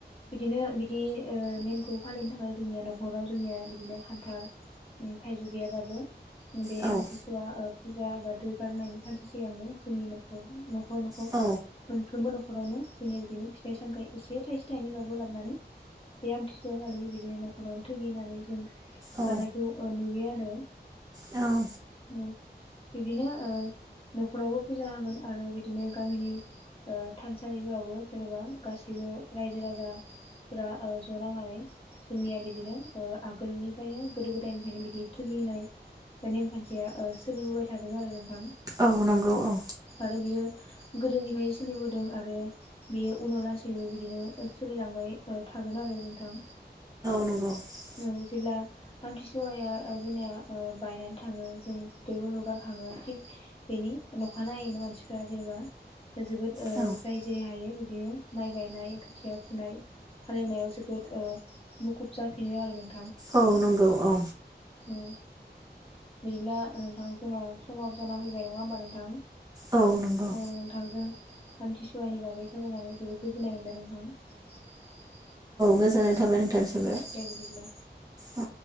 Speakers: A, on the left (about 30°); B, on the right (about 20°).
A: बिदिनो बिदि ओ नेमखौ फालिनो थाखाय जोंनिया न'खराव जोंनिया बिदिनो खान्थाल थाइजौ गैयाबाबो। बे
B: औ
A: आमथिसुवा
B: औ
A: ओ फुजा एबा दोगारनायनि खान्थि सिगांनो जोंनि न'खर न'खर न'खर
B: औ
A: मोनफ्रोमबो न'खरावनो जोंनिया बिदिनो फिथाइ सामथाय एसे थाइसे थाइनैबाबो लाबनानै बे आमथिसुवा खालि बिदिनो न'खरावनो थैगिनानै जों
B: औ
A: जानायखौ ओ नुयो आरो‌।
B: औ।
A: ओम इदिनो ओ न'खरावबो फुजा होगोन आरो बिदिनो गामिनि ओ थानसालिफोरावबो जेनेबा गासै <unintelligible> रायजो राजाफोरा ओ ज' नांनानै जोंनिया बिदिनो ओ आगोलनि फायनो गोदो गोदायनिफ्रायनो बिदि थुगि होनाय नेमखान्थिया ओ सोलिबोबाय थादों आरो। नोंथां
B: औ नंगौ औ।
A: आरो बियो गोदोनिफ्राय सोलिबोदों आरो बेयो उनाव लासि उम बिदिनो ओ सोलिलांबाय ओ थागोन आरो नोंथां।
B: <inaudible>
A: औ जेब्ला आमथिसुवाया ओ जोंनिया ओ बायनानै थाङो जों दैबो लगाखाङो थिक बेनि नखानायैनो मानसिफोरा जेनेबा जोबोद ओ
B: औ
A: जाय जेरै हायो बिदिनो माइ गायनाय खोथिया फुनाय हालेवनायाव जोबोद ओ मुखुब जाफिनो आरो नों
B: औ नंगौ औ।
A: औ गैला नोंथां जोंना समाबो जाना फैबाय नङा होमबा नोंथां?
B: औ नंगौ
A: औ नोंथांजों आमथिसुवानि बागै सावरायनानै जोबोद गोजोननाय मोनबाय नोंथां।
B: गोजोननाय
A: औ
B: थाबाय नोंथांनिसिमबो
A: दे बिदिब्ला
B: औ